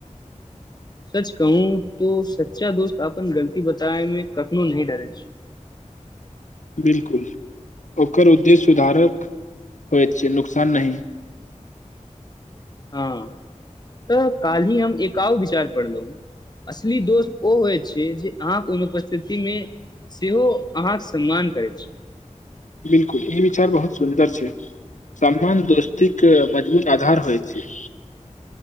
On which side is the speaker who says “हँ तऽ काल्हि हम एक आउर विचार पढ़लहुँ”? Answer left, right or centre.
Left